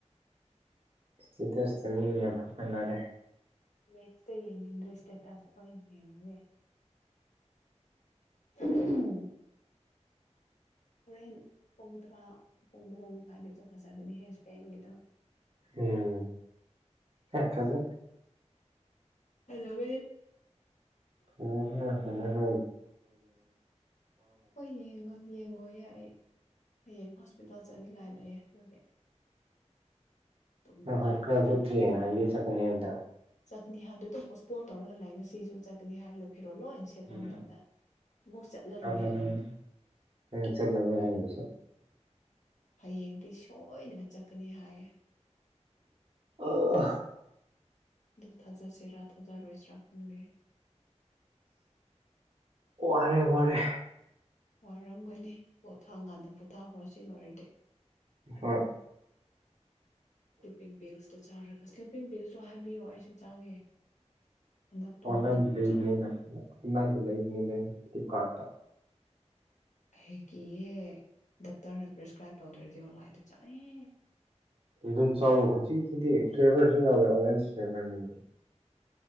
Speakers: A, on the right; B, on the left.
A: ꯏꯁꯇꯤꯇꯁꯇ ꯃꯤ ꯌꯥꯝ ꯐ ꯀꯟꯅꯔꯦ
B: ꯃꯦꯁꯇ ꯌꯦ ꯏꯟꯇ꯭ꯔꯦꯁ ꯌꯦꯒꯦ ꯎꯝ ꯍꯣꯔꯦꯟ ꯄꯨꯡ ꯇꯔꯥ ꯄꯨꯡ ꯃꯣꯔꯣ ꯃꯈꯥꯏꯒꯤꯗ ꯐꯖꯒꯅꯤ ꯍꯦꯁꯄꯦꯟꯒꯤꯗꯣ
A: ꯎꯝ ꯑꯦ ꯍꯖꯔ
B: ꯑꯗꯕꯦ
A: ꯑ ꯍ ꯇꯦ ꯅꯅ
B: ꯍꯣꯏ ꯌꯦꯡꯉꯣ ꯌꯦꯡꯉꯣ ꯍꯌꯦ ꯑꯩ ꯍꯌꯦꯡ ꯍꯣꯁꯄꯤꯇꯥꯜ ꯆꯠꯅꯤꯡꯉꯥꯏ ꯂꯩꯑꯦ ꯑꯗꯨꯒꯤ ꯇꯨꯝꯒꯅꯤ
A: ꯍ ꯀ
B: ꯇꯨꯝꯗ꯭ꯔꯗꯤ
A: ꯄꯨꯇ꯭ꯔꯤ ꯍꯗꯤ ꯆꯀꯅꯗ
B: ꯆꯠꯀꯅꯤ ꯍꯥꯏꯕꯗꯣ ꯑꯗꯨꯝ ꯄꯣꯁꯄꯣꯟ ꯇꯧꯔꯒ ꯂꯥꯛ ꯉꯁꯤꯁꯨ ꯆꯠꯀꯅꯤ ꯍꯥꯏꯔꯒ ꯐꯦꯔꯣꯜ ꯂꯣꯏ ꯁꯦꯠꯄ
A: ꯎꯝ
B: ꯃꯇꯝꯗ ꯑꯃꯨꯛ ꯆꯠꯂꯔꯣꯏ
A: ꯆꯠꯂꯕꯅꯤ
B: ꯍꯥꯏꯔꯒꯦ
A: ꯅꯪ ꯆꯠꯂꯉꯣꯏ ꯍꯌꯦꯉꯡꯁꯨ
B: ꯍꯌꯦꯡꯗꯤ ꯁꯣꯏꯗꯅ ꯆꯠꯀꯅꯤ ꯍꯥꯏꯌꯦ
A: ꯑꯣ
B: ꯗꯨ ꯊꯖꯥ ꯁꯦ ꯔꯥ ꯊꯥꯖꯥ ꯔꯣꯏꯁ꯭ꯔꯥ ꯈꯪꯗꯦ
A: ꯋꯥꯔꯦ ꯋꯥꯔꯦ
B: ꯋꯥꯔꯝꯒꯅꯤ ꯄꯣꯊꯥꯀꯥꯟꯗ ꯄꯣꯊꯥꯈ꯭ꯔꯣ ꯁꯤ ꯂꯣꯏꯔꯗꯤ
A: ꯍꯣꯏ
B: ꯁ꯭ꯂꯤꯞꯄꯤꯡ ꯚꯜꯁꯇꯣ ꯆꯥꯔꯒ ꯁ꯭ꯂꯤꯞꯄꯤꯡ ꯚꯜꯁꯇꯣ ꯍꯥꯏꯕꯤꯌꯣ ꯑꯩꯁꯨ ꯆꯥꯒꯦ ꯍꯟꯗꯛ ꯇꯨꯝꯕꯗꯣ
A: ꯑꯣꯟꯅꯥꯏꯗꯤ ꯂꯩꯠꯇ
B: ꯆꯪ
A: ꯑꯣꯟꯅꯥꯏꯟꯗꯤ ꯂꯩ ꯂꯩꯠꯇꯤ ꯀꯥꯇ
B: ꯍꯦꯛ ꯀꯌꯦ ꯗꯥꯛꯇꯔꯅ ꯄ꯭ꯔꯦꯁꯀ꯭ꯔꯥꯏꯞ ꯇꯧꯗ꯭ꯔꯗꯤ ꯑꯣꯂꯥꯏꯗ ꯆꯠꯅꯤ
A: ꯑꯗꯨꯝ ꯆꯥꯎ ꯍꯧꯖꯤꯛꯀꯤꯗꯤ ꯐ꯭ꯂꯦꯚꯔꯁꯨ ꯌꯥꯎꯋꯦ ꯑꯣꯔꯦꯟꯁ ꯐ꯭ꯂꯦꯚꯔꯅꯤ